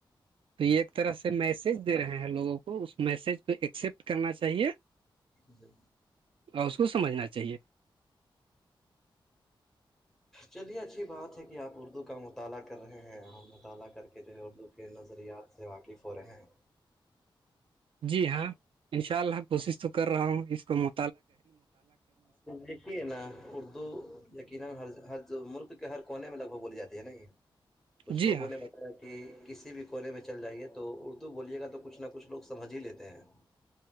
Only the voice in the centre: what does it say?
جی
چلیے اچھی بات ہے کہ آپ اردو کا مطالعہ کر رہے ہیں اور مطالعہ کر کے جو ہے اردو کے نظریات سے واقف ہو رہے ہیں
ج ہے نا اردو یقینا ہر ہر جو ملک کے ہر کونے میں لگ بھگ بولی جاتی ہے نا یہ کچھ
لوگوں
نے ب کہ کسی بھی کونے میں چل جائیے تو اردو بولیے گا تو کچھ نہ کچھ لوگ سمجھ ہی لیتے ہیں ہاں